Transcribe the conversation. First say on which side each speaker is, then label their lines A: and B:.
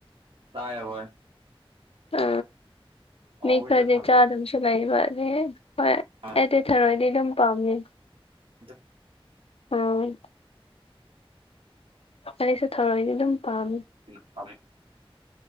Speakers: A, on the right; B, on the left.
A: ꯆꯥꯏ ꯍꯣꯏ
B: ꯑ
A: ꯍꯥꯎꯋꯤꯗ
B: ꯃꯤ ꯈꯗꯤ
A: ꯊꯔꯣꯏꯁꯦ
B: ꯆꯥꯗꯕꯁꯨ ꯂꯩꯌꯦꯕ ꯔꯦ ꯍꯣꯏ
A: ꯑꯥ
B: ꯑꯩꯗꯤ ꯊꯔꯣꯏꯗꯤ ꯑꯗꯨꯝ ꯄꯥꯝꯃꯦ
A: ꯑꯗꯣ
B: ꯑꯣꯏ ꯑꯩꯁꯨ ꯊꯔꯣꯏꯗꯤ ꯑꯗꯨꯝ ꯄꯥꯝꯃꯤ
A: ꯐ